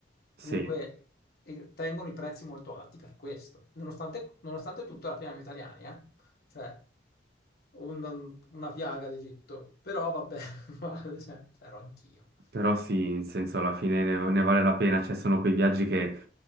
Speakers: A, on the right; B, on the left.
A: sì,
B: Dunque, e tengono i prezzi molto alti per questo, nonostante, nonostante tutto raffinano gli italiani, eh? Cioè, un- una piaga d'Egitto, però vabbè, <laughs> guarda, cioè, c'ero anch'io.
A: però sì, in senso alla fine ne, ne vale la pena, cioè sono quei viaggi che